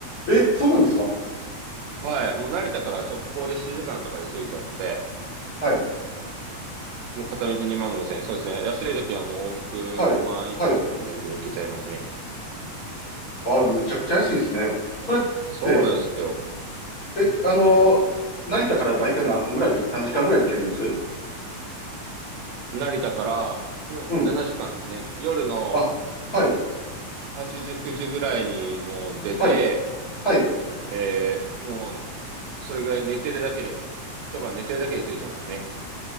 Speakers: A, on the left; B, on the right.
A: え、そうなんですか
B: はい。もう成田から直行で7時間とかで着いちゃうので、
A: はい、
B: もう片道2万5 0円。そうですね。安い時はもう往復5万以下とかで全然行けちゃいますね。
A: はい、はい。あら、むちゃくちゃ安いですね。それって、
B: そうなんですよ。
A: え、あのー成田から大体何分ぐらいで、何時間ぐらいで行けるんです
B: 成田からもう7時間ですね。
A: うん。
B: 夜の
A: あ、はい、
B: 8時、9時ぐらいにもう出て、
A: はい、はい。
B: えー、もうそれぐらい寝てるだけで、一晩寝てるだけで着いちゃいますね。